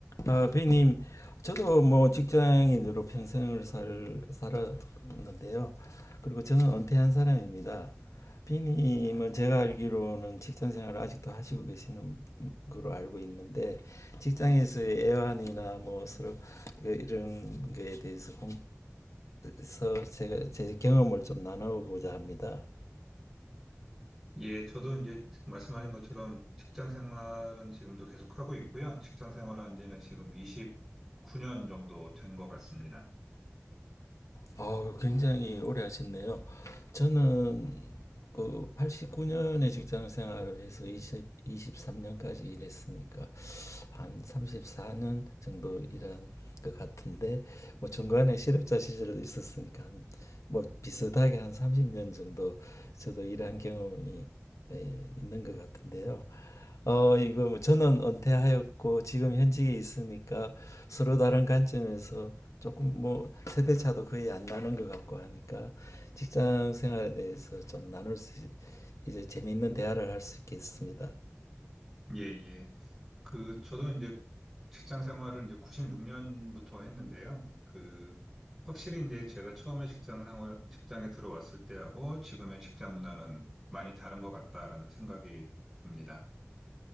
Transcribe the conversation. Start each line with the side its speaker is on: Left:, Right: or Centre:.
Left: 아, 비님, 저도 뭐 직장인으로 평생을 살, 살았는데요. 그리고 저는 은퇴한 사람입니다. 비님은 제가 알기로는 직장 생활을 아직도 하시고 계시는 걸로 알고 있는데, 직장에서의 애환이나 뭐 서로 이런 거에 대해서 어, 서 제가 제 경험을 좀 나누고자 합니다.
Centre: 예, 저도 이제 말씀하신 것처럼 직장 생활은 지금도 계속 하고 있고요. 직장 생활한 지는 지금 29년 정도 된 것 같습니다.
Left: 아우, 굉장히 오래 하셨네요. 저는 그 89년에 직장 생활을 해서 2이십3년까지 일했으니까 한 34년 정도 일한 것 같은데 뭐 중간에 실업자 시절도 있었으니까 한, 뭐 비슷하게 한 30년 정도 저도 일한 경험이 에, 있는 것 같은데요. 어, 이거 뭐 저는 은퇴하였고 지금 현직에 있으니까 서로 다른 관점에서 조금 뭐 세대 차도 거의 안 나는 것 같고 하니까 직장 생활에 대해서 좀 나눌 수 이제 재미있는 대화를 할 수 있겠습니다.
Centre: 예, 예. 그, 저도 이제 직장 생활을 이제 96년부터 했는데요. 그, 확실히 이제 제가 처음에 직장 생활, 직장에 들어왔을 때하고 지금의 직장 문화는 많이 다른 것 같다라는 생각이 듭니다.